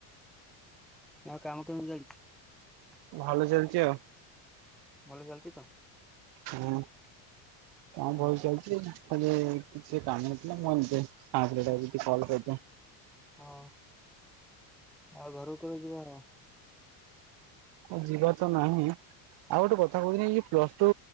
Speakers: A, in the centre; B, on the right.
A: ଆଁ କାମ କେମିତି ଚାଲିଛି।
B: ଭଲ ଚାଲଛିଆଉ।
A: ଭଲ ଚାଲିଛି ତ।
B: ହୁଁ। ହଁ
A: ହୁଁ
B: ଭଲ ଚାଲିଛି। ହଁ ଯେ କିଛି କାମ ନଥିଲା ମୁଁ ଆଉ ସେଇଥିପାଇଁ ପାଁଶଟଙ୍କା ଦେଇ କଲ୍ କରିଦିଏ।
A: ହଁ ଆଉ ଘରକୁ କେବେ ଯିବାର
B: ଯିବାର ତ ନାହିଁ ଆଉ ଗୋଟେ କଥା କହୁଥିଲି ପ୍ଲସଟୁ